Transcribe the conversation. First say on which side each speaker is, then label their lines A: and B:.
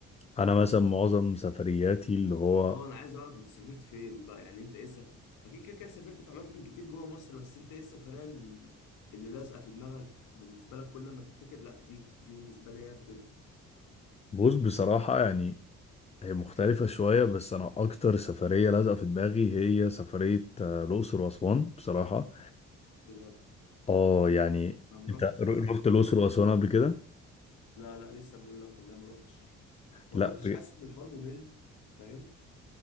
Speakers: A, on the left; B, on the left.
A: انا مثلا معظم سفرياتي اللي هو
B: اه انا عايز اعرف انت سافرت فين بقى يعني انت ايه سف... اكيد كده كده سافرت في اماكن كتير جوه مصر بس انت ايه السفريه ال- اللي لازقه في دماغك بالنسبه لك كل ما تفتكر لا دي دي بالنسبه لي هي البرفكت
A: بص بصراحة يعني هي مختلفة شوية بس أنا أكتر سفرية لازقة في دماغي هي سفرية آه، الأقصر وأسوان بصراحة
B: بجد
A: آه يعني
B: انا ما
A: أنت
B: رحتش
A: ر-
B: ولا لوكسور
A: رحت الأقصر
B: ولا اسوان
A: وأسوان قبل كده؟
B: لا لا لسه بقول لك والله ما روحتش ما
A: لا
B: روحتش
A: ب...
B: حاسس ان الحوار ممل فاهم